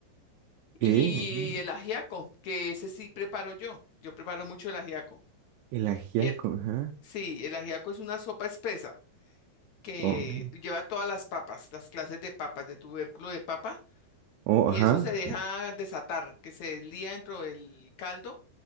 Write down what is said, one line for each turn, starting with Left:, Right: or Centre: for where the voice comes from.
Left: Y
Right: ¿Qué? Ujú.
Left: el ajiaco, que ese sí preparo yo. Yo preparo mucho el ajiaco.
Right: El ajiaco,
Left: Y el-
Right: ajá.
Left: sí, el ajiaco es una sopa espesa que
Right: Oh, ok.
Left: lleva todas las papas, las clases de papas, de tubérculo de papa.
Right: Oh,
Left: Y
Right: ajá.
Left: eso se deja desatar, que se deslía dentro del caldo